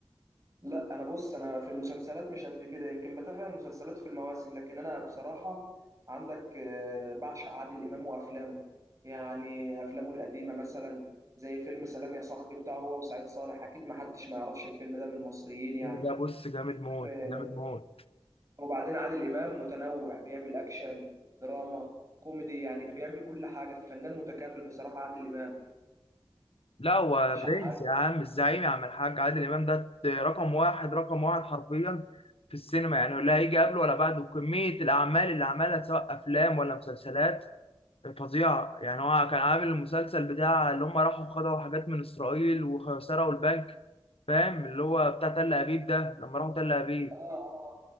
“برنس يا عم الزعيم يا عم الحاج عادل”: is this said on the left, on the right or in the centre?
Left